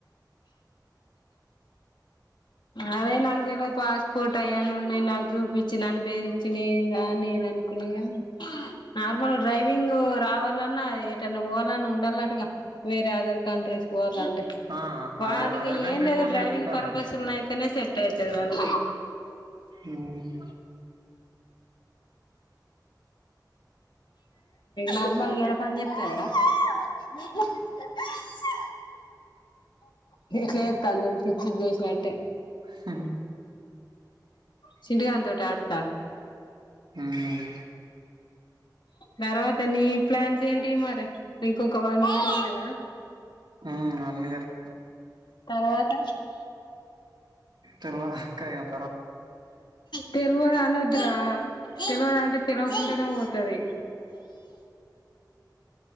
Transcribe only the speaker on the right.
ఆ
అదే అదర్ కంట్రీస్
వాళ్ళు
అంటే ఉండాలి
ఊమ్
స
ఊమ్
ఊమ్ వన్ ఇయర్
తర్వాత్ చెప్